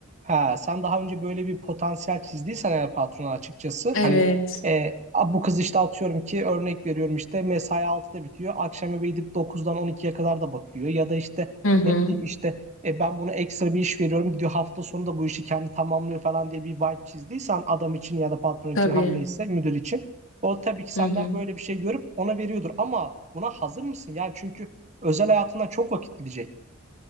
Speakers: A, on the right; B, on the left.
A: Ha, sen daha önce böyle bir potansiyel çizdiysen eğer patrona açıkçası
B: Evet.
A: hani e, "A, bu kız işte atıyorum ki örnek veriyorum işte mesai altıda bitiyor. Akşam eve gidip dokuzdan on ikiye kadar da bakıyor. Ya da işte
B: Hı hı.
A: ne bileyim işte e, ben buna ekstra bir iş veriyorum gidiyor hafta sonu da bu işi kendi tamamlıyor falan diye bir vibe çizdiysen adam için ya da patron
B: Tabii.
A: için her neyse müdür için. O tabii ki senden
B: Hı hı.
A: böyle bir şey görüp ona veriyordur ama buna hazır mısın? Yani çünkü özel hayatından çok vakit gidecek.